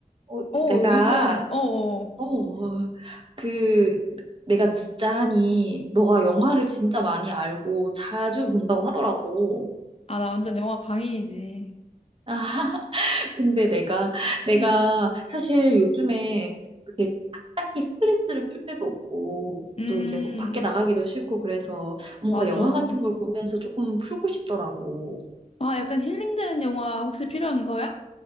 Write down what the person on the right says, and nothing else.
어,
내가
어, 그 내가 듣자 하니 너가 영화를 진짜 많이 알고 자주 본다고 하더라고.
아, 근데 내가 내가
사실 요즘에 그렇게 딱히 스트레스를 풀 때도 없고
또 이제 뭐 밖에 나가기도 싫고 그래서 뭔가
영화 같은 걸 보면서 조금 풀고 싶더라고.